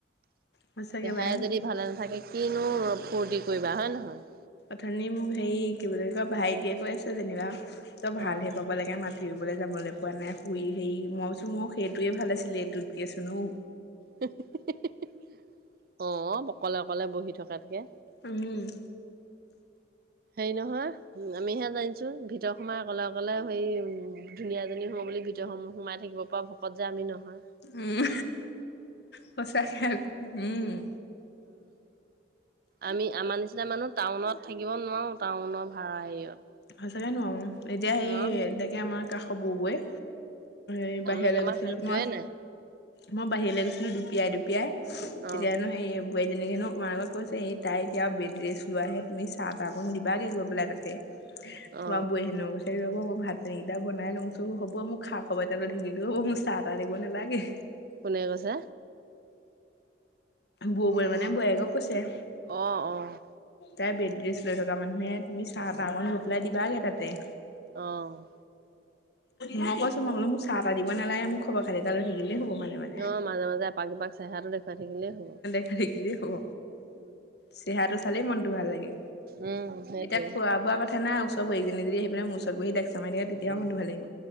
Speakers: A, on the left; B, on the right.
A: সঁচাকে
B: দেহাই
A: বাই
B: যদি', ভালে নাথাকে কি নো ফূৰ্তি কৰিবা হয় নহয়',
A: অথনি মোক হেৰি কি বুলি কয় ভাইটিয়ে কৈ আছে যেনিবা তই ভাল
B: অ',
A: হে পাব', পাব লাগে মাতিবলৈ যাবলৈ পোৱা নাই, শুই হেৰি মই কৈছোঁ মোক সেইটোৱে ভাল আছিলে এইটোত কে চোন নো',
B: হিঃ - হিঃ - হিঃ, হে - হে, অ', অকলে- অকলে বহি থকাতকে',
A: উম',
B: হেৰি নহয় হুম', আমিহে জানিছোঁ, ভিতৰত সোমাই অকলে - অকলে সেই উম', ধুনীয়া এজনী হব বুলি ভি', ধৰ্য্যসমূহ সোমাই থাকিব পৰা শকত যে আমি নহয়',
A: উম, সঁচাকে, উমমমম',
B: উম', আমি আমাৰ নিচিনা মানুহ টাউনত থাকিব নোৱাৰোঁ, টাউনৰ ভাড়া হেৰিয়ত',
A: সঁচাকে নোৱাৰোঁ, এতিয়া সেই
B: নোৱাৰো
A: তাকে আমাৰ কাষৰ বুবুৱে', এই বাহিৰলৈ
B: আমি আমাৰ
A: গৈছিলোঁ
B: খাদ্যয়ে
A: মই',
B: নাই
A: মই বাহিৰলৈ গৈছিলোঁ দুপিয়াই - দুপিয়াই, তেতিয়ানো
B: অ
A: হেৰি সেই', বোৱাৰীজনী ন অকণমান আগত কৈছেহি এই তাই এতিয়া বেড ৰেষ্ট লোৱাহে, তুমি চাহ -তাহ অকণ দিবাগে গৈ', লাজতে,
B: অ
A: তোমাৰ বোৱাৰীজনীও কৈছে ৰব মই ভাত পানীকেইটা বনাই লওঁ চোন, হ'ব মোক খা', হ'ব দে তাৰপিছত বিলটো অ', মোক চাহ - তাহ দিব নালাগে',
B: কোনে কৈছে?
A: বুবুৱে মানে বোৱাৰীকক কৈছে',
B: অ', অহ',
A: তাই বেড ৰেষ্ট লৈ থকা মানুহহে তুমি চাহ তাহ অকণ গৈ পেলাই দিবাগে তাতে।
B: অ',
A: মই কৈছো মই বোলো মোক চাহ তাহ দিব নালাগে মো খবৰ খাতি এটা লৈ থাকিলেই হ'ব মাজে - মাজে।
B: অ, মাজে - মাজে এপাক দুপাক চেহৰাটো দেখুৱাই থাকিলেই হ'ব।
A: সেইখিনি এই হ'ব
B: উম
A: চেহেৰাটো চালেই মনটো ভাল লাগে।
B: উম সেইটোৱে
A: এতিয়া খোৱা বোৱা কথা নাই ওচ ওচৰৰ বোৱাৰী কেইজনি যদি আহি পেলাই মোৰ ওচৰত বহি লেকচাৰ মাৰি থাকে তেতিয়াও মনটো ভাল লাগিব।